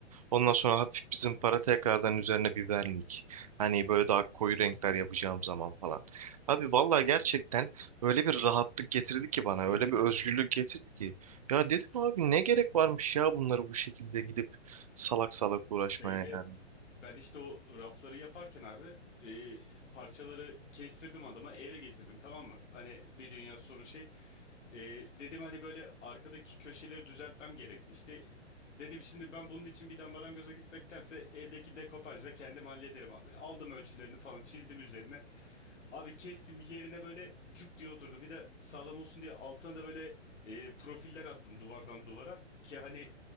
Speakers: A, on the right; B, on the left.
A: Ondan sonra hafif bir zımpara tekrardan üzerine biberlik. Hani böyle daha koyu renkler yapacağım zaman falan. Abi vallahi gerçekten öyle bir rahatlık getirdi ki bana.
B: <laughs>
A: Öyle bir özgürlük getirdi ki. Ya dedim abi ne gerek varmış ya bunları bu şekilde gidip salak salak uğraşmaya.
B: Şeyde
A: yani.
B: Ben işte o rafları yaparken abi e, parçaları kestirdim adama eve getirdim tamam mı? Hani bir dünya soru şey. E, dedim hani böyle arkadaki köşeleri düzeltmem gerekti. İşte dedim şimdi ben bunun için bir de marangoza gitmektense evdeki dekopajla kendim hallederim abi. Aldım ölçülerini falan çizdim üzerine. Abi kestim yerine böyle cuk diye oturdu. Bir de sağlam olsun diye altına da böyle e, profiller attım duvardan duvara. Ki hani